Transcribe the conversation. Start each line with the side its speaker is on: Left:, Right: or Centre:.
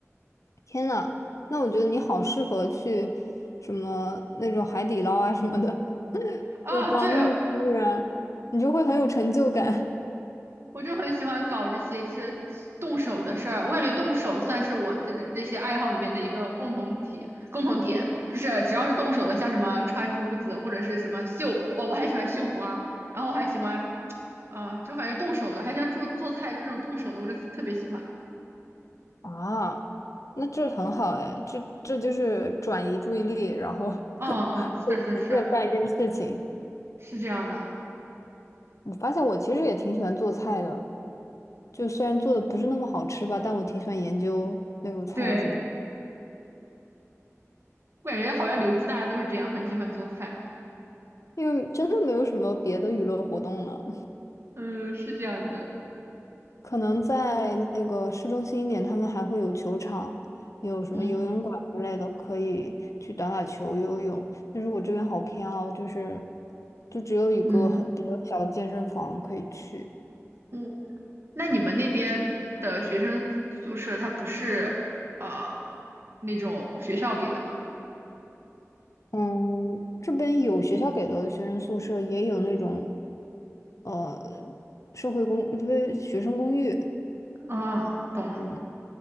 Left: 天呐，那我觉得你好适合去什么那种海底捞啊什么的，<laughs>
Right: 啊。
Left: 就当那个服务员，
Right: 对，
Left: 你就会很有成就感。
Right: 我就很喜欢搞这些就是动手的事儿，我感觉动手算是我的这这些爱好里面的一个共同体共同点，就是只要是动手的，像什么穿珠子或者是什么绣，哦，我还喜欢绣花，然后还喜欢啊、就反正动手的，还喜欢做做菜，就是这种动手的，我就特别喜欢。
Left: 啊，那这很好哎，这这就是转移注意力，然后 <laughs>
Right: 嗯嗯，
Left: 沉浸干一件事情。
Right: 是是是是这样的，
Left: 我发现我其实也挺喜欢做菜的，就虽然做的不是那么好吃吧，但我挺喜欢研究那个菜要怎么做，
Right: 对，我感觉好像留子大家都是这样，很喜欢做菜。
Left: 因为真的没有什么别的娱乐活动了。
Right: 嗯，是这样的。
Left: 可能在那个市中心一点，他们还会有球场，有什么游泳馆之类的，
Right: 嗯
Left: 可以去打打球、游泳。但是我这边好偏哦，就是就只有一个很比较小的健身房可以去。
Right: 嗯嗯，那你们那边的学生宿舍，它不是呃那种学校给的吗？
Left: 嗯，这边有学校给的学生宿舍，也有那种，呃，社会公，不是学生公寓。
Right: 啊，懂了。
Left: 嗯，